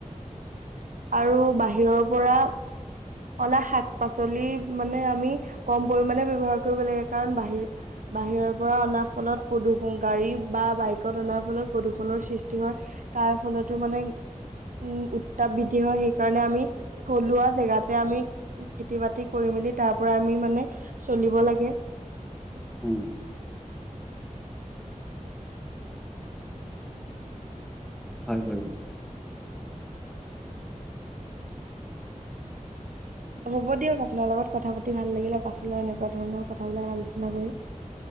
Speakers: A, on the right; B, in the centre.
A: আৰু বাহিৰৰ পৰা অনা শাক পাচলি মানে আমি কম পৰিমমানে ব্যৱ্হাৰ কৰিব লাগে কাৰণ বাহিৰত বাহিৰৰ পৰা অনা ফলত প্ৰদূষণ গাড়ী বা বাইকত অনাৰ ফলত প্ৰদূষণৰ সৃষ্টি হয় তাৰ ফলতো মানে উম উত্তাপ বৃদ্ধি হয় সেইকাৰণে আমি থলুৱা জেগাতে আমি খেতি বাতি কৰি মেলি তাৰ পৰা আমি মানে চলিব লাগে
B: উম হয় বাৰু <inaudible>
A: হ'ব দিয়ক আপোনাৰ লগত কথা পাতি ভাল লাগিলে পাছলৈ এনেকুৱা ধৰণৰ কথাবিলাক আলোচনা কৰিম